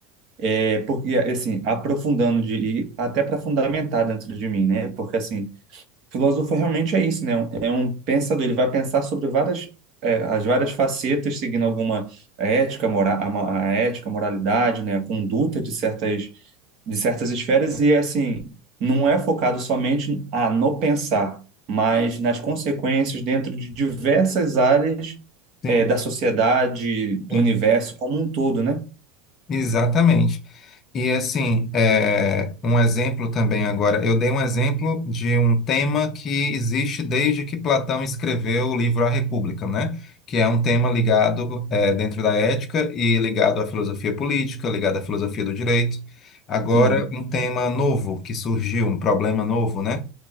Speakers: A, on the right; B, on the left.
A: é, porque, assim, aprofundando de, e até para fundamentar dentro de mim, né, porque, assim, filósofo realmente é isso, né, é um pensador, ele vai pensar sobre várias, é, as várias facetas, seguindo alguma ética, mora, a, mo- a ética, moralidade, né, a conduta de certas de certas esferas e assim, não é focado somente ah, no pensar, mas nas consequências dentro de diversas áreas
B: sim,
A: eh, da sociedade, do
B: sim,
A: universo como um todo, né?
B: exatamente. E assim, é, um exemplo também agora, eu dei um exemplo de um tema que existe desde que Platão escreveu o livro A República, né? Que é um tema ligado, é, dentro da ética e ligado à filosofia política, ligado à filosofia do direito. Agora,
A: Sim.
B: um tema novo que surgiu, um problema novo, né?